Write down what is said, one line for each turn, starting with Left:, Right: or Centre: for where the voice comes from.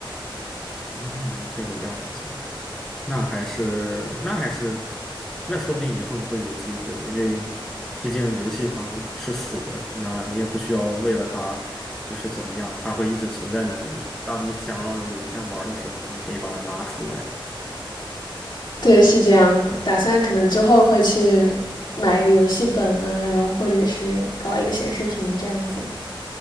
Centre: 嗯，这个样子。那还是那还是那说不定以后你会有机会，因为毕竟游戏它是死的，那你也不需要为了它就是怎么样，它会一直存在在那里。当你想要有一天玩儿的时候，你就可以把它拿出来。
Left: 对，是这样，打算可能之后会去买一个游戏本啊，然后或者是搞一个显示屏这样子。